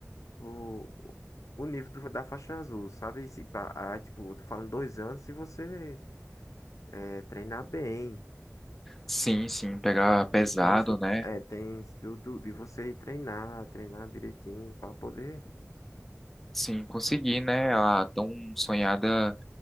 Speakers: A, on the left; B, in the centre.
A: o, o nível do- da faixa azul, sabe? E Se pra, ah, tipo, eu tô falando dois anos se você é, treinar bem.
B: Sim, sim, pegar pesado,
A: E tem isso,
B: né?
A: é, tem isso do, do- de você ir treinar, treinar direitinho para poder.
B: Sim, consegui, né? A tão sonhada